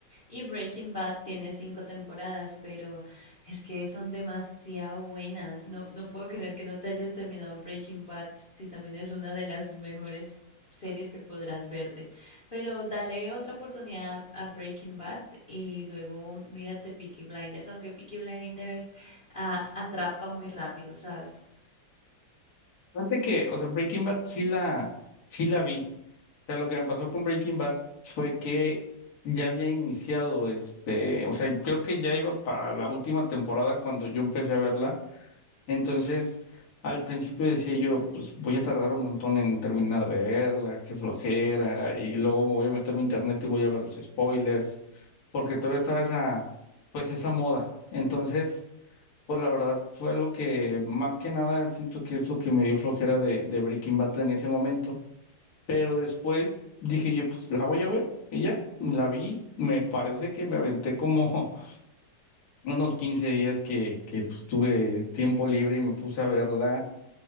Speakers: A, on the left; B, on the left.
A: y Breaking Bad tiene cinco temporadas, pero es que son demasiado buenas. No, no puedo creer que no te hayas terminado Breaking Bad, si también es una de las mejores series que podrás verte. Pero dale otra oportunidad a Breaking Bad y luego mírate Peaky Blinders, aunque Peaky Blinders ah, atrapa muy rápido, ¿sabes?
B: Fíjate que, o sea, Breaking Bad sí la, sí la vi. sea, lo que me pasó con Breaking Bad fue que ya había iniciado, este, o sea, creo que ya iba para la última temporada cuando yo empecé a verla. Entonces, al principio decía yo, pues voy a tardar un montón en terminar de verla, qué flojera, y luego me voy a meter a mi internet y voy a ver los spoilers, porque todavía estaba esa, pues esa moda. Entonces, pues la verdad fue algo que más que nada siento que es lo que me dio flojera de, de Breaking Bad en ese momento. Pero después dije yo, pues la voy a ver. Y ya, la vi. Me parece que me aventé como <laughs> unos 15 días que, que pues, tuve tiempo libre y me puse a verla